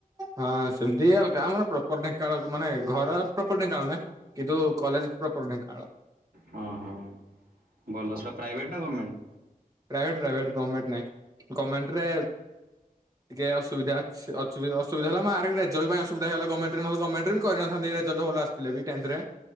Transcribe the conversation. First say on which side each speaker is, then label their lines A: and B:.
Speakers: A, on the right; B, on the right.
A: ହଁ ସେମିତି ଆଉ ଗାଁ ଆମର ପ୍ର ପ୍ରପର ଢେଙ୍କାନାଳ ମାନେ ଘର ପ୍ରପର ଢେଙ୍କାନାଳ ନା, କିନ୍ତୁ କଲେଜ ପ୍ରପର ଢେଙ୍କାନାଳ।
B: ହଁ- ହଁ ଭଲ ସେଟା ପ୍ରାଇଭେଟ ନା ଗଭର୍ମେଣ୍ଟ?
A: ପ୍ରାଇଭେଟ ପ୍ରାଇଭେଟ ଗମେଣ୍ଟ ନାଇଁ ଗମେଣ୍ଟରେ ଟିକେ ଅସୁବିଧା ଅ ଅସୁବିଧା ହେଲା ମାର୍କ ରେଜଲ୍ ପାଇଁ ଅସବିଧା ହେଇଗଲା, ଗମେଣ୍ଟ ରେ ନହେଲେ ଗମେଣ୍ଟ ବି କରିନଥାନ୍ତି ଆସିଥିଲେ <unintelligible>